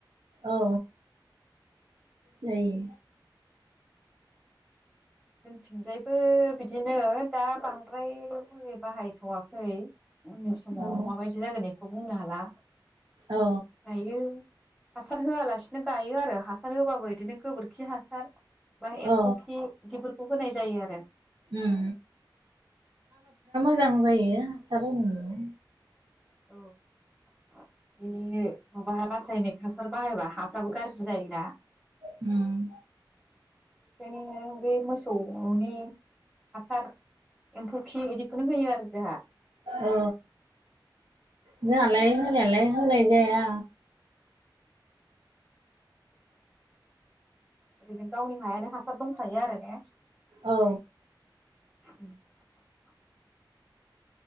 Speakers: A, on the right (about 85°); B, in the centre.
A: औ जायो
B: जोंथिंजायबो बिदिनो दा बांद्राय मुलि बाहायथ'वाखै उनि समाव
A: औ
B: माबायदि जागोन ए खौ बुंनो हाला।
A: औ
B: दायो हासार होआलासिनो गायो आरो हासार होबाबो बिदिनो गोबोरखि हासार बा एम्फौ
A: औ
B: खि दिफोरखौ होनाय जायो आरो।
A: उम जां जायो हासार होनो मोनबा।
B: औ बिनिनो माबा रासायनिक हासार बाहायबा हाफ्राबो गाज्रि जायोना।
A: उम।
B: बेखायनो बे मोसौनि हासार एम्फौ खि इदि बेखौनो होयो आरो जाहा।
A: औ जोंहालाय होनायालाय होनाय जाया।
B: ओरैनो गावनि हायानो हासार दंखायो आरो ने
A: औ
B: <inaudible>